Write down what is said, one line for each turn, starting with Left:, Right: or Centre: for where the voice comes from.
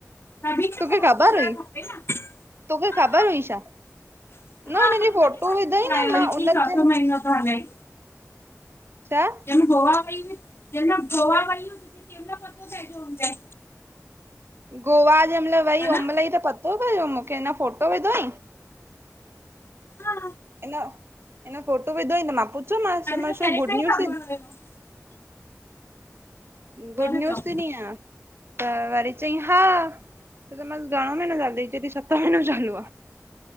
Left: सभीनी खे
Right: तोखे
Left: मौको
Right: ख़बर
Left: मिलणु
Right: हुई?
Left: खपे न,
Right: तोखे
Left: हा
Right: ख़बर
Left: हा
Right: हुई छा? न
Left: हुन ॾींहुं
Right: फोटो
Left: मांखे
Right: विधई
Left: ॿुधायो
Right: न मां
Left: हुअईं
Right: उन
Left: त चोथो
Right: ते
Left: महीनो थो हले।
Right: छा?
Left: जम गोवा वय हुईंअ जम गोवा वयूं तनमल पतो पइजो हूंदइ।
Right: गोवा जंहिं महिल वई
Left: हा न
Right: ओहिंमहिल ई त पतो पयो मूंखे हुन फोटो विधोई।
Left: हा
Right: इन इन फोटो विधो हुयईं त मां पुछो
Left: मांखे
Right: मांस चयोमासु
Left: त पहिरीं
Right: छो
Left: खां
Right: गुड
Left: ई
Right: न्यूज,
Left: ख़बर हुयो त
Right: गुड
Left: न
Right: न्यूज
Left: चओ
Right: त ॾीं या। त वरी चई हा त मसि घणो महीनो चालू च सत महीनो चालू आहे।